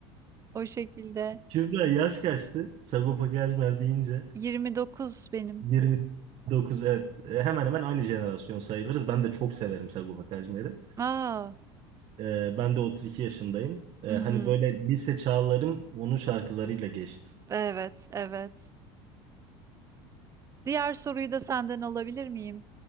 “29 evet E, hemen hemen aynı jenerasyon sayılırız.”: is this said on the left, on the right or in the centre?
Right